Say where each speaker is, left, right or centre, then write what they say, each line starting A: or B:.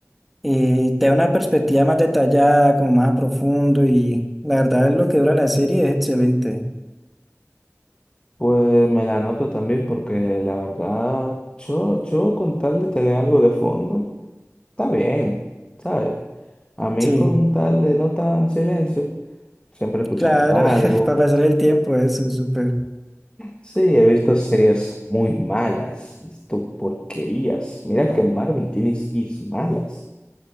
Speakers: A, in the centre; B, on the left.
A: eh, te da una perspectiva más detallada, como más a profundo y la verdad lo que dura la serie es excelente.
B: Pues me la anoto también, porque la verdad, yo, yo con tal de tener algo de fondo, está bien, ¿sabes? A mí
A: Sí,
B: con tal de no tan silencio, siempre escuchando
A: claro,
B: algo.
A: <laughs> para pasar el tiempo eso es súper.
B: Sí, he visto series muy malas, he visto porquerías. Mira que Marvel tiene series malas,